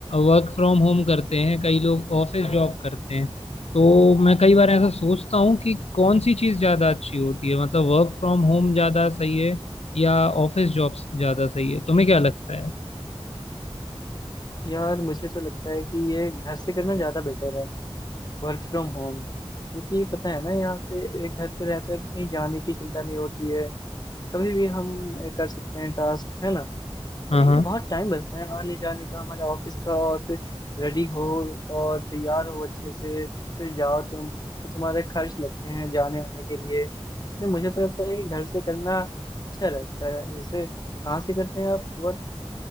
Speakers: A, on the left; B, on the left.
A: वर्क फ्रॉम होम करते हैं कई लोग ऑफिस जॉब करते हैं तो मैं कई बार ऐसा सोचता हूँ कि कौन सी चीज़ ज़्यादा अच्छी होती है मतलब वर्क फ्रॉम होम ज़्यादा सही है या ऑफिस जॉब ज़्यादा सही है तुम्हें क्या लगता है
B: यार मुझे तो लगता है कि ये घर से करना ज़्यादा बेटर है वर्क फ्रॉम होम क्योंकि पता है ना यहाँ पे ए, घर पे रहते हैं तो कहीं जाने की चिंता नहीं होती है कभी भी हम ए, कर सकते हैं टास्क है ना
A: हाँ
B: ये
A: हाँ
B: बहुत टाइम बचता है आने जाने का हमारे ऑफिस का और फिर रेडी हो और तैयार हो अच्छे से फिर जाओ तुम फिर तुम्हारे खर्च लगते हैं जाने आने के लिए इसलिए मुझे तो लगता है कि घर से करना अच्छा रहता है वैसे कहाँ से करते हैं आप वर्क